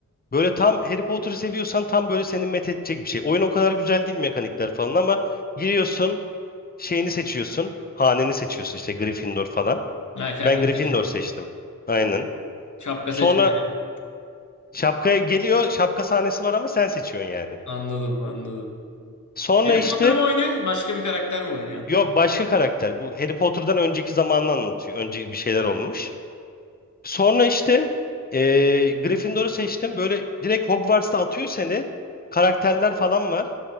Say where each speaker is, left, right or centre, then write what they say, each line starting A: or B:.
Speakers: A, on the left; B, on the left.
A: Böyle tam Harry Potter'ı seviyorsan tam böyle seni met edecek bir şey. Oyun o kadar güzel değil mekanikler falan ama giriyorsun, şeyini seçiyorsun, haneni seçiyorsun işte Gryffindor falan.
B: Ha kendin
A: Ben Gryffindor
B: seçiyorsun.
A: seçtim. Aynen.
B: Şapka
A: Sonra
B: seçme yani.
A: Şapkaya geliyor. Şapka sahnesi var ama sen seçiyorsun yani.
B: Anladım anladım.
A: Sonra
B: Harry
A: işte
B: Potter mı oynuyorsun başka bir karakter mi oynuyorsun?
A: yok başka karakter. Bu Harry Potter'dan önceki zamanını anlatıyor. Önce bir şeyler olmuş. Sonra işte eee Gryffindor'u seçtim. Böyle direkt Hogwarts'ta atıyor seni. Karakterler falan var.